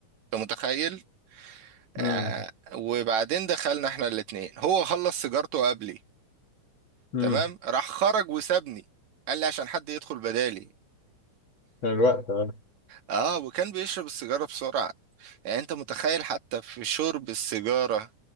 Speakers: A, on the right; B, on the left.
A: انت متخيل آه
B: امم
A: وبعدين دخلنا احنا الاتنين هو خلص سيجارته قبلي
B: امم
A: تمام راح خرج وسابني قال لي عشان حد يدخل بدالي
B: كان الوقت آه.
A: اه وكان بيشرب السيجارة بسرعة يعني انت متخيل حتى في شرب السيجارة